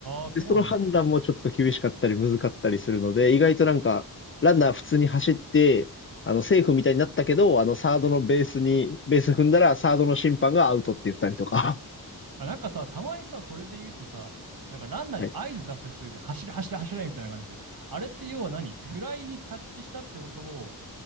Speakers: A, on the right; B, on the left.
A: あー、そうなんだ。
B: で、その判断もちょっと厳しかったり難かったりするので、意外となんか、ランナー普通に走って、あの、セーフみたいになったけど、あの、サードのベースに、ベース踏んだら、サードの審判がアウトって言ったりとか。
A: あ、なんかさ、たまにさ、それで言うとさ、なんかランナーに合図出す人いるじゃん。
B: <laughs> はい
A: 走れ、走れ、走れみたいな感じで。あれって要は何フライにキャッチしたってことを、